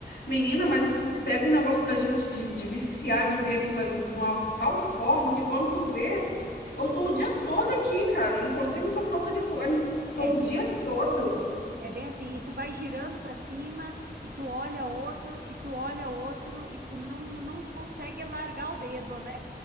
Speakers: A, on the left (about 80°); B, on the right (about 60°).
A: Menina, mas isso pega um negócio da gente de, de viciar, de ver aquilo ali de uma tal forma que quando tu vê. Eu tô o dia todo aqui, cara. Eu não consigo
B: aham.
A: soltar o telefone.
B: É
A: Tô o
B: bem
A: dia
B: assim.
A: todo.
B: É bem assim. E tu vai girando para cima, e tu olha outro, e tu olha outro, e tu não, não consegue largar o dedo, né?